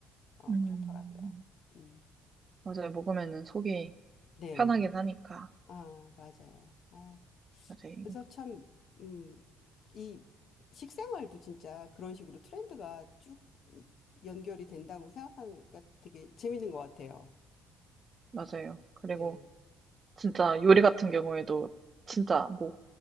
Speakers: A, on the left; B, on the right.
A: 어,
B: 음,
A: 그렇더라고요. 음.
B: 맞아요. 먹으면은 속이
A: 네.
B: 편하긴 하니까.
A: 아, 맞아요. 아.
B: 맞아요.
A: 그래서 참, 음, 이 식생활도 진짜 그런 식으로 트렌드가 쭉 이- 연결이 된다고 생각하니까 되게 재밌는 것 같아요.
B: 맞아요. 그리고
A: 네.
B: 진짜 요리 같은 경우에도 진짜 뭐